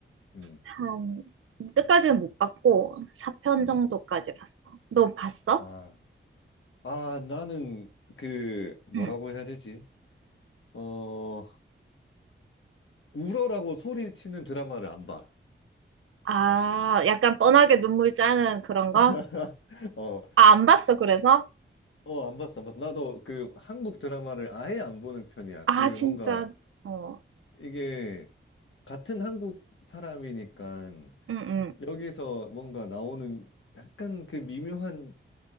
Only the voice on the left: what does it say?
음,
음.
아, 아, 나는 그 뭐라고
해야 되지? 어, 울어라고 소리치는 드라마를 안 봐.
<laughs> 어,
어, 안 봤어, 안 봤어. 나도 그 한국 드라마를 아예 안 보는 편이야.
그
뭔가
이게 같은 한국 사람이니까
여기서 뭔가 나오는 약간 그 미묘한